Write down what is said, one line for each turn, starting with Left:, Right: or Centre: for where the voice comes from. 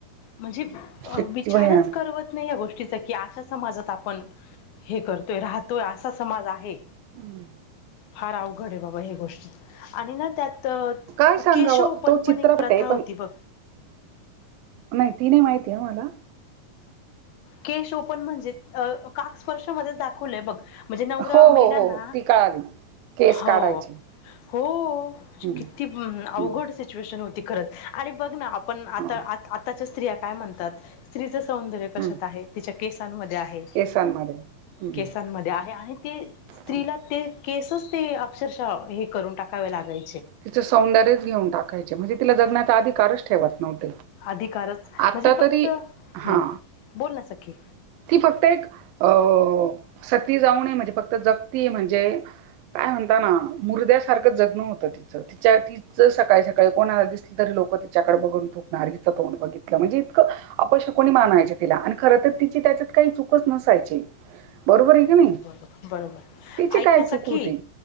Left: म्हणजे
Right: किती
Left: विचारच
Right: भयान
Left: करवत नाही या गोष्टी गष्टी की अशा समाजात आपण हे करतोय राहतोय असा समाज आहे
Right: हम्म
Left: फार अवघड आहे बाबा हे गोष्ट आणि ना त्यात तर
Right: काय सांगावं
Left: केशव पण
Right: तो चित्रपट
Left: पण एक प्रथा
Right: आहे
Left: होती
Right: पण
Left: बघ
Right: नाही ती नाही माहिती आहे मला
Left: केश ओपन म्हणजे काक स्पर्शा मध्ये दाखवलंय बघ म्हणजे नवरा
Right: हो
Left: मेला
Right: हो हो
Left: ना
Right: हो, ती कळाली केस
Left: हो
Right: काढायचे
Left: हो
Right: हम्म,
Left: किती भ अवघड
Right: हम्म,
Left: सिच्युएशन होती खरंच आणि बघ ना पण आता
Right: हो,
Left: आताच्या स्त्रिया काय म्हणतात स्त्रीचं सौंदर्य कशात
Right: हम्म.
Left: आहे तिच्या केसांमध्ये आहे.
Right: केसांमध्ये हम्म,
Left: केसांमध्ये आहे आणि ते स्त्रीला
Right: हं.
Left: ते केसच ते अक्षरशः हे. करून टाकाव लागाय.
Right: तिचं सौंदर्यच घेऊन टाकायचे म्हणजे तिला जगण्याचा अधिकारच ठेवत
Left: अधिकारच
Right: आता
Left: म्हणजे फक्त
Right: तरी हा.
Left: हम्म बोल ना सखी
Right: ती फक्त एक अ सत ते जाऊन म्हणजे फक्त जगती हे म्हणजे काय म्हणता ना, मुरदयासारखं जगण होतं ते तिच्या तिच सकाळी, सकाळी, कोणाला दिसली तरी लोक तिच्याकडे बघून थूकणार हिचं तोंड बघितलं म्हणजे अपशकुणी कोणी मानवायचे तिला. आणि खर तर तिची त्याच्यात काही चुकच नसायची. बरोबर हे.
Left: बरोबर बरोबर
Right: तिची
Left: ऐक
Right: काय
Left: ना
Right: चूक
Left: सखी
Right: होती